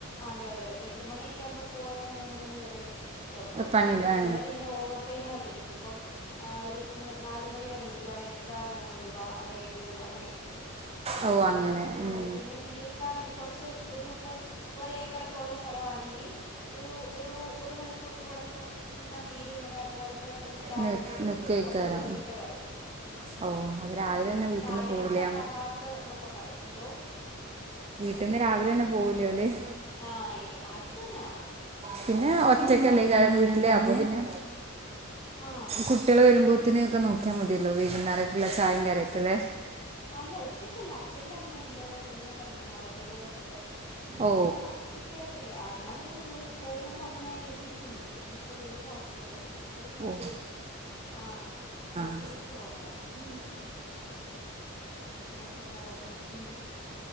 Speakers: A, on the left; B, on the right.
A: അതെ അതെ എട്ട്മണിയൊക്കെ ആകുമ്പോ പോയാ മൂന്ന് മണിവരെ ഒക്കെ ഉണ്ട്
B: പണിയുണ്ട് ആ
A: ചിലര് ഇങ്ങനെ ഓവർ ടൈം ആയിട്ട് നിക്കു ഇപ്പംഒരു നാല് മണി വരെ നൽക്കുവാണങ്ക എക്സ്ട്രാ നൂറ് രൂപ അല്ലെ എഴുപത് രൂപ അങ്ങനെയൊക്കെ കിട്ടും
B: ഓ
A: ചിലര്
B: അങ്ങനെ
A: നാല്
B: ഉം
A: പിന്നെ തീർ നിക്കനക്കെ കുറച്ച് ഒരു ഇപ്പം ഒ ഏക്കർ ഒക്കെ ഉള്ള സ്ഥല ആണെങ്കിൽ ഒരു ഒരു മണി കുറും കോടൊക്കെ നിന്നാൽ തീരുന്നുണ്ട് അങ്ങനെ അത് ഇപ്പോ എത്രഇതാണെങ്കിലും
B: നി നിക്കുവയ്ക്കാരം
A: മൊത്തം തീർത്തിട്ടേ വരത്തുള്ളൂ ഉ
B: ഓ അവര് രാവിലെ
A: പിന്നെ
B: തന്നെ വീട്ടിൽന്ന്
A: കായടുപ്പ്
B: പോകൂലേ
A: കവാത്ത് എന്നൊക്കെ പറയും എന്തോ
B: വീട്ടിന്ന് രാവിലെ തന്നെ പോവൂലോ അല്ലേ ഓല്
A: ആ ഏ അടുത്ത തന്നെ
B: പിന്നെ ഒറ്റക്കല്ല വീട്ടിൽ ആപ്പോ പിന്നെ
A: ആഹ്
B: കുട്ടി ളോവരുമ്പോത്തിന
A: എത്ത്
B: ഒക്കെ നോക്കി നോക്കാ മതിയല്ലോ വൈന്നാരക് ഉള്ളചായയും കടിക്കലെ
A: അല്ല ഒറ്റക്കല്ല അച്ഛന്റെ അമ്മയുണ്ട് പിന്നെ ഞാൻ പറഞ്ഞേ മദർല്ലോ ഉണ്ട്
B: ഓ
A: പിന്നെ അങ്ങനെ ഒറ്റക്ക ആയിട്ടില്ല ഞാൻ പിന്നെ ജോലിക്ക് പോകുന്നുകൊണ്ട് അങ്ങനെ വീട്ടിൽ ഇരിക്കുന്നില്ലോ ഇന്നിപ്പോൾ ലീവ്ക്കിയത അതുകൊണ്ട് പിന്നെ
B: ഓ
A: ആഹ വീട്ടിരിപ്പ്
B: ആ
A: കുറവാണ് ഉ അങ്ങനെയൊക്കെ പോകുന്നു ഉം